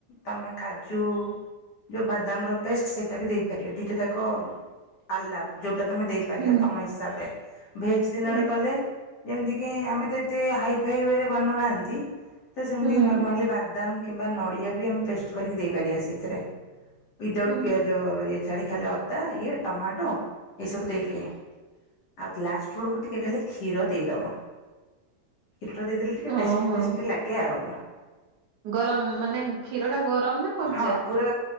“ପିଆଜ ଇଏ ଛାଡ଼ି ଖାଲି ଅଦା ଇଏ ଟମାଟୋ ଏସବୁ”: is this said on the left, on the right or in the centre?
Left